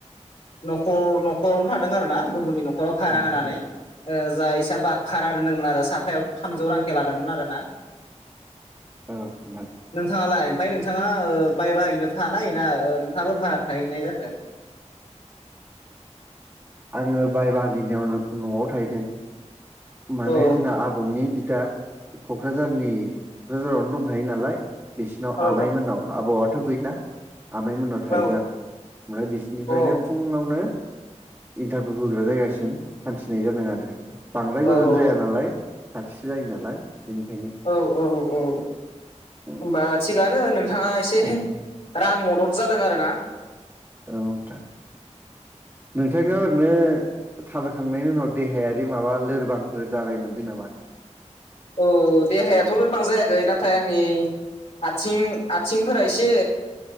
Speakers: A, on the left; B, on the right.
A: नखर न'खरावनो थादों आरोना गुबुननि न'खराव भारा
B: औ नोंथां
A: होनानै जाय इसाबा भारा दोनदोंमोन आरो साफायाव थामजौ रांखौ लादोंमोन आरो ना
B: औ नोंथां।
A: नोंथाङालाय ओमफ्राय नोंथाङा बाय बाहागिनाव थानाय ना नोंथाङाबो भारा थाहैनाय जाखो।
B: आङो बाय बाहागिनियाव न'आव थाहैदों माने
A: औ
B: जोंहा आबौनि बिदा क'क्राझारनि क'क्राझारावनो दंखायो नालाय बिसिनाव
A: औ
B: आमाइमोननाव आबौआथ' गैला आमायमोननाव थाहैदों
A: औ
B: आं ओमफ्राय बिसोरनिफ्रायनो
A: औ
B: फुङावनो इन्टारभिउ होग्रा जायगासिम हान्थिनाय जादों आरो बांद्राय
A: औ
B: गोजान जाया नालाय खाथिसो जायो नालाय बेनिखायनो
A: औ-औ-औ
B: उम
A: होनबा थिगानो नोंथाङा एसे
B: औ
A: आरो आं मदद जादों आरोना
B: औ नोंथां। नोंथांनियाव ओरैनो थाबायखांनायनि उनाव देहायारि माबा लोरबांफोर जानाय मोन्दों नामा?
A: औ देहायाथ' लोरबां जायाखै नाथाय आंनि आथिं आथिंफोरा एसे